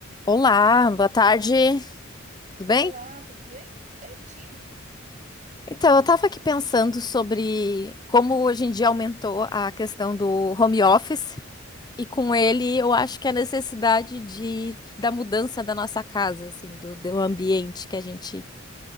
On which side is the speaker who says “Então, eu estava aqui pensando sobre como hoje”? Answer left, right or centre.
Left